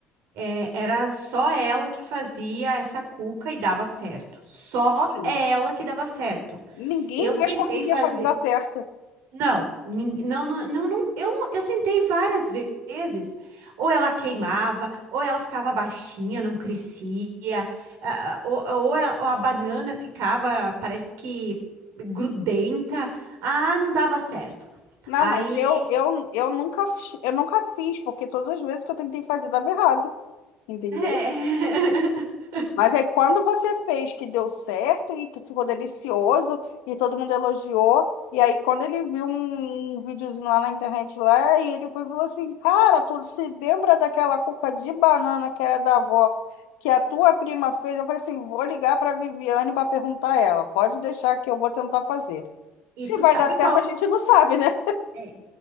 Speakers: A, on the right; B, on the left.
A: É, era só ela que fazia essa cuca e dava certo. Só
B: Sim.
A: ela que dava certo.
B: Ninguém
A: Eu tentei
B: mais conseguia
A: fazer.
B: fazer dar certo.
A: Não, nin- não, não, não, não- eu, não- eu tentei várias vezes. Ou ela queimava, ou ela ficava baixinha, não crescia, ah, ou, ou a, ou a banana ficava, parece que grudenta. Ah, não dava certo.
B: Não,
A: Aí.
B: mas eu, eu, eu nunca, eu nunca fiz, porque todas as vezes que eu tentei fazer dava errado. Entendeu?
A: <laughs>
B: Mas é quando você fez que deu certo e tu ficou delicioso e todo mundo elogiou. E aí, quando ele viu um um videozinho lá na internet lá, e ele foi e falou assim: Cara, tu se lembra daquela cuca de banana que era da avó, que a tua prima fez? Eu falei assim: Vou ligar pra Viviane pra perguntar a ela. Pode deixar que eu vou tentar fazer.
A: E
B: Se
A: tu
B: vai
A: sabe
B: dar certo,
A: qual.
B: a gente não sabe, né?
A: é,